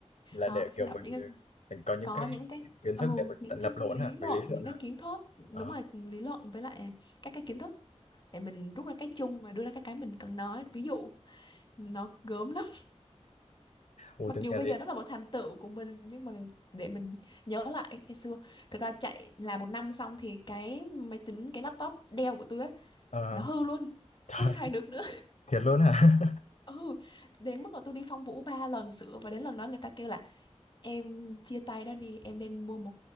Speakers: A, on the left (about 75°); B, on the left (about 40°).
A: là
B: Đó,
A: để kiểu
B: đọc
A: mình
B: những cái
A: mình có những
B: có
A: cái
B: những cái
A: kiến
B: ừ,
A: thức để mình
B: những
A: tự
B: cái
A: lập
B: lý
A: luận hả?
B: luận,
A: Mình lý luận
B: những
A: hả?
B: cái kiến thức, đúng
A: Ờ.
B: rồi, lý luận với lại các cái kiến thức để mình rút ra cái chung và đưa ra cái cái mình cần nói. Ví dụ nó gớm lắm. <laughs>
A: Ủa
B: Mặc
A: tưởng
B: dù
A: nghe
B: bây
A: lị
B: giờ nó là một thành tựu của mình nhưng mà để mình nhớ lại cái xưa thực ra chạy làm một năm xong thì cái máy tính cái laptop Dell của tôi ấy
A: Ờ,
B: nó hư luôn
A: <laughs> trời
B: không xài được nữa
A: thiệt luôn hả
B: <laughs> ừ đến mức mà tôi đi Phong Vũ ba lần sửa và đến lần đó người ta kêu là em chia tay nó đi em nên mua một